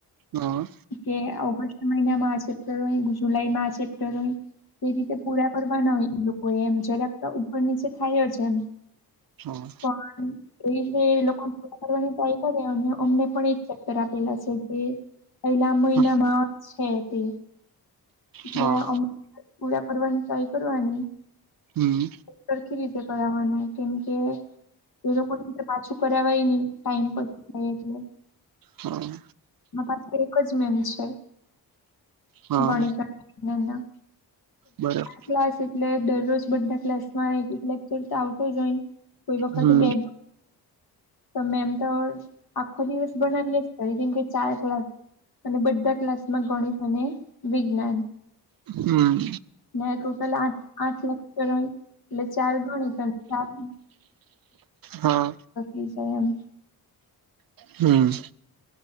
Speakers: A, on the right; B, on the left.
A: હા.
B: કે ઓગસ્ટ મહિનામાં આ ચેપ્ટર હોય જુલાઈ માં આ ચેપ્ટર હોય. તે રીતે પૂરા કરવાના હોય એ લોકો એમ જરાક ઉપર નીચે થાય છે એમ.
A: હા.
B: પણ એ રીતે લોકો પૂ કરવાની ટ્રાય કરે અને અમને પણ એક ચેપ્ટર આપેલા છે જે પેલા મહિનામાં
A: હા
B: છે તે. એટલે
A: હા
B: અમ પૂરા કરવાની ટ્રાય કરવાની.
A: હમ
B: સરખી રીતે કરવાનું કેમ કે એ લોકોઈ રીતે પાછું કરાય નહી ટાઈમ પર થાય એટલે.
A: હમ.
B: એ પાસે એક જ મેન છે,
A: હા
B: ગણિત ના ના.
A: બરાબર
B: ક્લાસ એટલે દરરોજ બધા ક્લાસ માંકોરતો આવતો જોઈ. કોઈ વખતે
A: હમ
B: બે તો મેમ તો આખો દિવસ બનાવીએ જ કરી કેમ કે ચાર કલાક અને બધા ક્લાસમાં ગણિત અને વિજ્ઞાન.
A: હમ.
B: ના તો પેલા આ આઠ લખ કર એટલે ચાર ગણી પણ
A: હા
B: ી જાય એમ.
A: હમ.